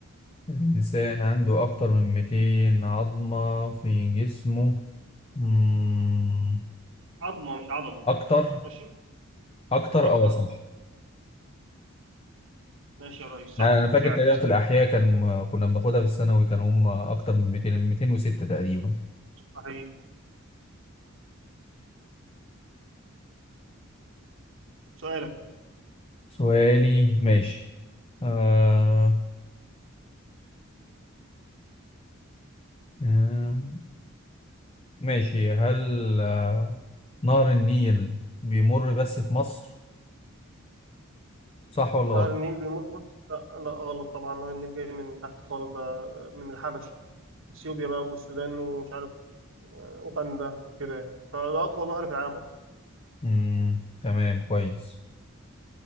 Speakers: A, on the left; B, on the right.
A: الانسان عنده اكتر من 200 عظمه في جسمه مم.
B: عظمة مش عضلة
A: اكتر
B: ماشي
A: اكتر
B: أكتر
A: اه صح
B: أه ماشي يا ريس صح
A: انا أنا فاكر
B: فعلا
A: تقريبا في الاحياء كان كنا بناخدها في الثانوي كان هم اكتر من 200 206 تقريبا
B: صحيح سؤالك
A: سؤالي ماشي آه... آه... ماشي هل آه... نهر النيل بيمر بس في مصر صح ولا
B: نهر
A: غلط
B: النيل بيمر في مصر؟ لا لا غلط طبعا نهر النيل جاي من تحت خالص ده من الحبش اثيوبيا بقى والسودان ومش عارف أوغندا وكده يعني فده أطول نهر في العالم أصلا
A: مم. تمام كويس